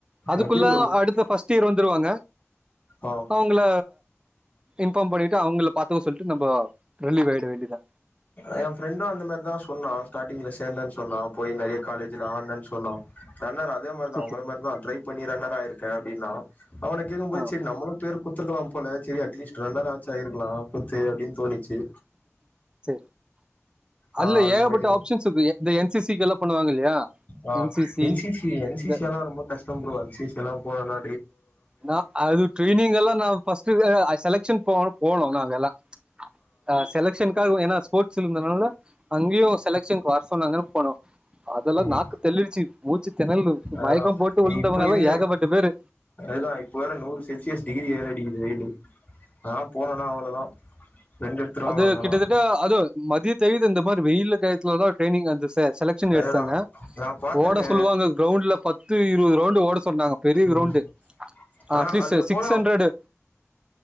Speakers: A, on the right; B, on the left.
A: அதுக்குள்ள
B: எப்டி ப்ரோ
A: அடுத்த பஸ்ட் இயர் வந்துருவாங்க
B: ஆ
A: அவுங்கள இன்ஃபார்ம் பண்ணிட்டு அவுங்கள பாத்துக்க சொல்ட்டு நம்போ ரிலீவ் ஆயிட வேண்டியதா
B: எ ஃப்ரெண்டு அந்த மாரிதா சொன்னா ஸ்டாடிங்ல சேந்தன் சொன்னா போயி நெறிய காலேஜில ஆட்ன்ன் சொன்னா ரன்னர் அதே மாரி தா
A: சரி
B: உங்கள
A: சரி
B: மாரிதா ட்ரை பண்ணி ரன்னராயிருக்க அப்டீனா அவன கேக்கும் போது
A: ஆ
B: செரி நம்மளு பேரு குத்துருக்கலாம் போல செரி அட்லீஸ்ட் ரன்னர் ஆச்சு ஆயிருக்கலா குத்து அப்டின்னு தோணிச்சு
A: செரி அத்ல
B: ஆ அந்த
A: ஏகப்பட்ட
B: மாரிதா
A: ஆப்ஷன்ஸ் இருக்கு எ இந்த என் சி சிக்கெல்லா பண்ணுவாங்க இல்லையா
B: ஆ
A: NCC
B: N C C N C
A: இந்த
B: சி எல்லா ரொம்ப கஷ்டம் ப்ரோ என் சி சி எல்லா போனேன்னா
A: நா அது ட்ரெய்னிங் எல்லா நா பஸ்ட்டு அ அ செலெக்ஷன் போ போனோ நாங்கெல்லா ஆ செலக்ஷனுக்காக ஏன்னா ஸ்போர்ட்ஸ் இருந்தனால அங்கியு செலக்ஷன்க் வர் சொன்னாங்கனு போனோ அதெல்லா
B: ம்
A: நாக்கு தள்ளிடுச்சு மூச்சுத் தெணறலு
B: அதுதா
A: மயக்கம் போட்டு விழுந்தவங்க
B: இப்போ
A: எல்லா
B: இருக்கிற
A: ஏகப்பட்ட பேரு
B: அதுதா இப்போ வேற நூறு செல்சியஸ் டிகிரி ஏறடிக்குது வெயிலு அதா போனேன்னா அவ்ளோதா ரெண்டு எடுத்துருவா
A: அது
B: வாங்கலா
A: கிட்டத்தட்ட அது மதியத்தையது இந்த மாறி வெயில்ல டேத்லதா ட்ரைனிங் வந்து செலக்க்ஷன்
B: அதுதா
A: எடுத்தாங்க
B: நா பாத்திருக்கே
A: ஓட சொல்லுவாங்க கிரௌண்ட்ல பத்து இருவது ரௌண்டு ஓட சொன்னாங்க பெரிய கிரௌண்டு
B: ம் ஆனா
A: அட்லீஸு
B: அதுல
A: சிக்ஸ்
B: போனா
A: ஹண்ரடு